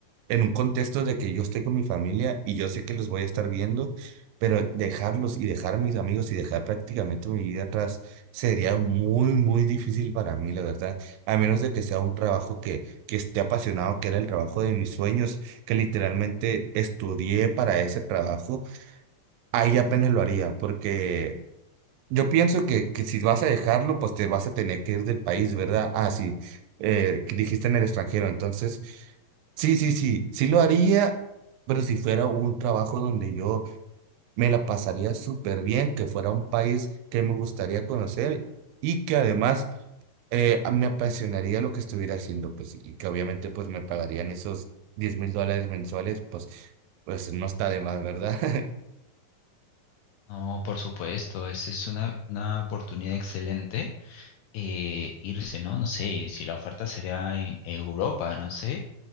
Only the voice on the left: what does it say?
No, por supuesto, esa es una, una oportunidad excelente eh, irse, ¿no? No sé si la oferta sería en Europa, no sé.